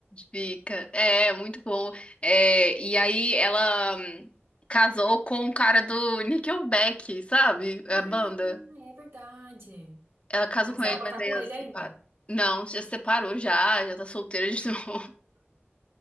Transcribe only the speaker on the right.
Ah,
é verdade.
Mas
ela
tá com
ele
ainda.